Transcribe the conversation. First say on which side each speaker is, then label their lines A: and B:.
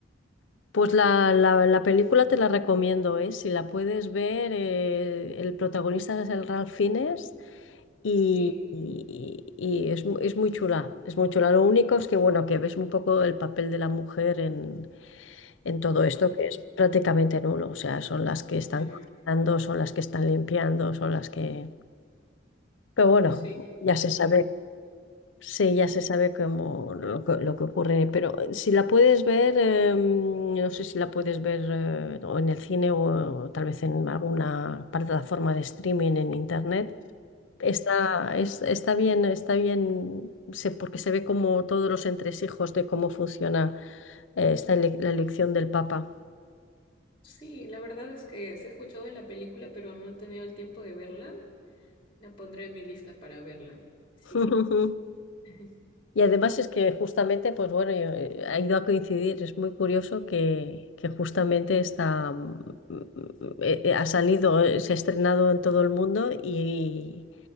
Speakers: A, on the left; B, on the left.
A: Pues la, la- la película te la recomiendo, ¿eh? Si la puedes ver, eh, el protagonista es el Ralph Fiennes y,
B: Sí.
A: y- y es, mu- es muy chula, es muy chula. Lo único es que, bueno, que ves un poco el papel de la mujer en, en todo esto,
B: Ah,
A: que es prácticamente nulo. O sea, son las que están
B: claro.
A: cocinando, son las que están limpiando, son las que... Pero bueno,
B: Sí,
A: ya
B: ya
A: se
B: me imagino.
A: sabe Sí, ya se sabe cómo lo, que lo que ocurre, pero si la puedes ver, eh, no sé si la puedes ver eh, o en el cine o, tal vez en alguna plataforma de streaming en internet. Está, es- está bien, está bien, se- porque se ve como todos los entresijos de cómo funciona eh, esta ele- la elección del Papa.
B: Sí, la verdad es que sí he escuchado de la película, pero no he tenido el tiempo de verla. La pondré en mi lista para verla. Sí.
A: <laughs>
B: <laughs>
A: Y además es que justamente, pues bueno, yo- eh, ha ido a coincidir, es muy curioso que, que justamente está, mm, mm, eh, eh, ha salido, eh, se ha estrenado en todo el mundo y,